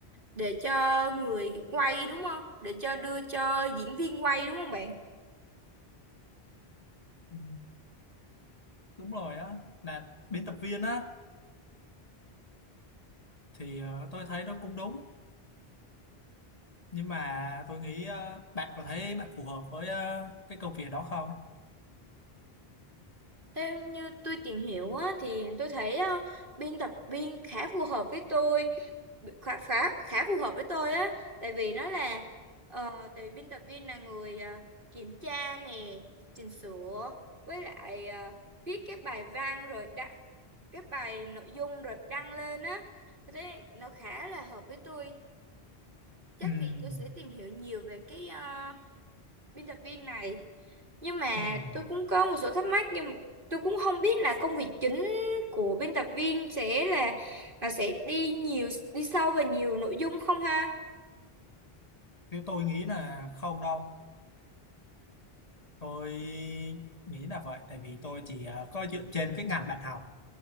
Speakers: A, on the right (about 55°); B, on the left (about 35°).
A: để cho người quay đúng không? Để cho đưa cho diễn viên quay đúng không bạn?
B: Ừ. đúng rồi á là biên tập viên á thì ờ, tôi thấy nó cũng đúng nhưng mà tôi nghĩ ờ, bạn có thấy bạn phù hợp với ờ, cái công việc đó không
A: Theo như tôi tìm hiểu á, thì tôi thấy ờ, biên tập viên khá phù hợp với tôi khá, khá, khá phù hợp với tôi á tại vì nó là ờ, tại vì biên tập viên là người ờ, kiểm tra nè chỉnh sửa với lại ờ, viết các bài văn rồi đăng các bài nội dung rồi đăng lên á thế nó khá là hợp với tôi chắc
B: Ừm,
A: thì tôi sẽ tìm hiểu nhiều về cái ờ, biên tập viên này nhưng mà
B: ừm.
A: tôi cũng có một số thắc mắc nhưng mà tôi cũng không biết là công việc chính của biên tập viên sẽ là là sẽ đi nhiều đi sâu vào nhiều nội dung không ha
B: Nếu tôi nghĩ là không đâu tôi nghĩ là vậy tại vì tôi chỉ ờ, có dựa trên cái ngành bạn học